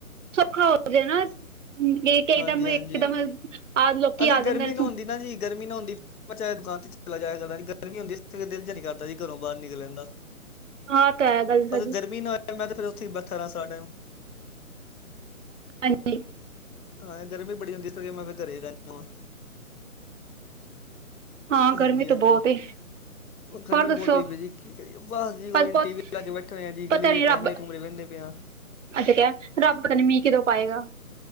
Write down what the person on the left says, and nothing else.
ਹਾਂਜੀ
ਹਾਂਜੀ
ਅਗਰ
ਗਰਮੀ
ਨਾ ਹੁੰਦੀ ਨਾ ਜੀ ਗਰਮੀ ਨਾ ਹੁੰਦੀ ਮੈਂ ਚਾਹੇ ਦੁਕਾਨ ਤੇ ਚਲਾ ਜਾਆ ਕਰਦਾ ਗਰਮੀ ਹੁੰਦੀ ਇਸ ਕਰਕੇ ਦਿਲ ਜਾ ਨੀ ਕਰਦਾ ਜੀ ਘਰੋਂ ਬਾਰ ਨਿਕਲਨ ਦਾ।
ਅਗਰ ਗਰਮੀ ਨਾ ਹੋਏ ਮੈਂ ਤੇ ਫਿਰ ਉੱਥੇ ਈ ਬੈਠਾ ਰਹਾ ਸਾਰਾ ਟੈਮ।
ਹਾਂ ਗਰਮੀ ਬੜੀ ਹੁੰਦੀ ਤਾਂਹੀਓ ਮੈਂ ਫ਼ੇਰ ਰ ਘਰੇ ਹੀ ਰਹਿਣਾ ਵਾ।
ਹਾਂਜੀ
ਹਾਂਜੀ
ਗਰਮੀ
ਬਹੁਤ ਹੋਈ ਪਈ ਜੀ ਕੀ ਕਰੀਏ ਬਸ ਜੀ ਕੋ
ਟੀ ਵੀ ਲਾ ਕੇ ਬੈਠੇ ਹੋਏ ਆ ਜੀ
ਗਲ਼ੀ
ਦੇ
ਕੈਮਰੇ ਕੂਮਰੇ ਵਹਿੰਦੇ ਪਏ ਆ